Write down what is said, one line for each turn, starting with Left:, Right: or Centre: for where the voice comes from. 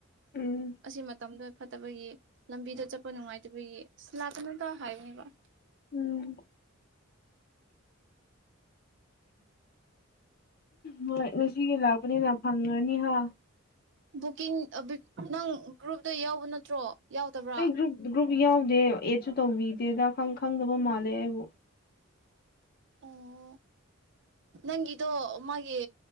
Left: ꯎꯝ
Right: ꯑꯁꯤ ꯃꯇꯝꯗ꯫ ꯐꯠꯇꯕꯒꯤ ꯂꯝꯕꯤꯗ ꯆꯠꯄ ꯅꯨꯡꯉꯥꯏꯇꯕꯒꯤ ꯆꯅꯥꯛ ꯇꯅ ꯇ ꯍꯥꯏꯒ
Left: ꯎꯝ ꯍꯣꯏ ꯉꯁꯤꯒꯤ ꯂꯥꯛꯄꯅꯤꯅ ꯐꯪꯉꯅꯤ ꯍꯥ
Right: ꯕꯨꯛꯀꯤꯡ ꯅꯪ ꯒ꯭ꯔꯨꯞꯇ ꯌꯥꯎꯕ ꯅꯠꯇ꯭ꯔꯣ ꯌꯥꯎꯗꯕ꯭ꯔꯥ
Left: ꯑꯩ ꯒ꯭ꯔꯨꯞ ꯒ꯭ꯔꯨꯞ ꯌꯥꯎꯗꯦ ꯑꯦꯠꯁꯨ ꯇꯧꯕꯤꯗꯦꯗ ꯈꯪꯗꯕ ꯃꯥꯜꯂꯦ ꯑꯩꯕꯨ
Right: ꯑꯣ ꯅꯪꯒꯤꯗꯣ ꯃꯥꯒꯤ